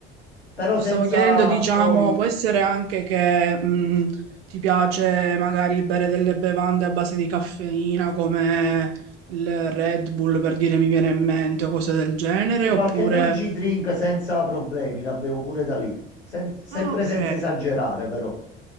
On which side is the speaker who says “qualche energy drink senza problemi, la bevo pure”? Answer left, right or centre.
Left